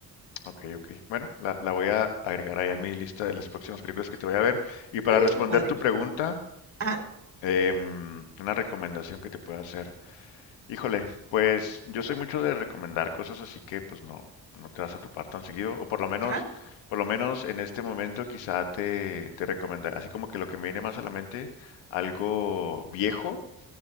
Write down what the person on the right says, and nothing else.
Uy,
qué padre.
Ajá,
ajá.